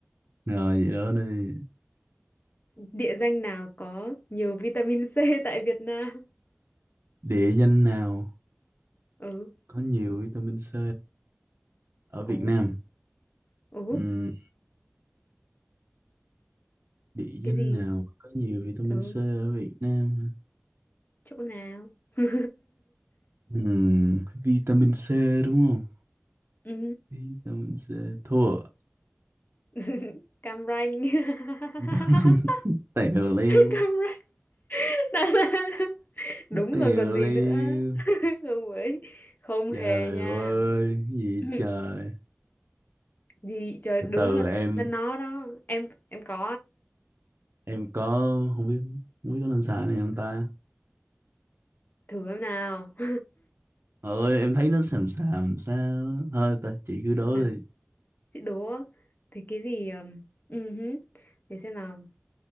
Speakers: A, on the right (about 60°); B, on the left (about 40°).
A: rồi vậy đó đi
B: Địa danh nào có nhiều vitamin C <laughs> tại Việt Nam?
A: địa danh nào
B: Ừ,
A: có nhiều vitamin C ở
B: ừ,
A: Việt Nam
B: ừ,
A: Ừm, địa
B: cái
A: danh
B: gì?
A: nào có nhiều vitamin
B: Ừ,
A: C ở Việt Nam
B: chỗ nào? <laughs>
A: Ừm, vitamin C đúng không
B: ừ.
A: vitamin C thua
B: <laughs> Cam Ranh. <laughs>
A: <laughs> tèo leo
B: Cam Ranh. Đà Lạt. Đúng
A: Nó tiều
B: rồi còn gì
A: liêu
B: nữa. <laughs> Không ấy. Không
A: trời
B: hề nha.
A: ơi
B: <laughs>
A: cái gì
B: <clears throat>
A: trời
B: gì trời
A: từ
B: đúng
A: từ
B: là
A: em
B: là nó đó em em có
A: em có không biết không biết có nên xài này không ta
B: thử em nào <laughs>
A: ơi em thấy nó xàm xàm sao á. thôi ta chị cứ
B: Làm
A: đố
B: sao
A: đi
B: chị đố á. thì cái gì ừm, ừ để xem nào